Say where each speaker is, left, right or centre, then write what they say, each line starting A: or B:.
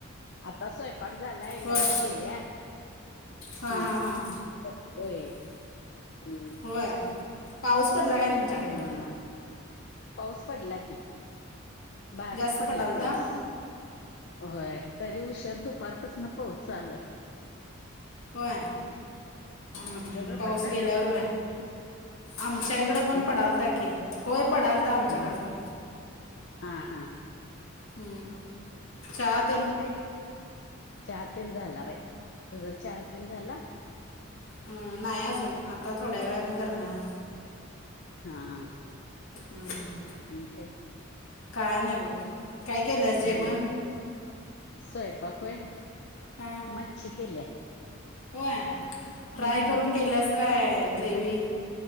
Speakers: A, on the left (about 55°); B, on the left (about 75°).
A: आता सवय पाक झालाय
B: होय
A: लाईट गेल्या
B: हां
A: हा.
B: हां हां
A: बसलोय हम
B: होय पाऊस पडला काय तुमच्याकडं?
A: हा पाऊस पडला की बारीक
B: जास्त
A: पडला
B: पडालता
A: पाऊस. होय तरी उशर दुपारपासन पाऊस चालूय.
B: होय हम् हम्म
A: तुमच्याकडे
B: पाऊस
A: पडला
B: गेल्यावरला
A: जास्त
B: आमच्या इकड पण
A: हम्म
B: पडालता कि होय पडालता आमच्याकड
A: हा
B: पण
A: हा हा
B: ह चात
A: नाही चहा तीन झाला बाई तुझा चहा तीन झाला?
B: हम नाही अजून आता थोड्या वेळानी करणार.
A: हा
B: हम्म
A: आणि काय
B: काय नाही बघ. काय केल्यास जेवण?
A: भांडी स्वयंपाक होय.
B: हा.
A: मच्छी केल्या.
B: होय. फ्राय
A: हम्म
B: करून केल्यास काय ग्रेवी?